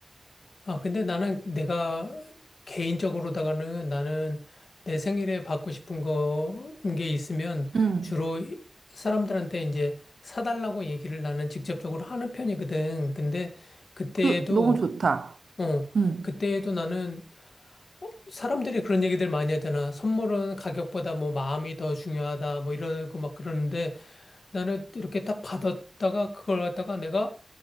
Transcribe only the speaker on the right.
음.
그, 너무 좋다.
음.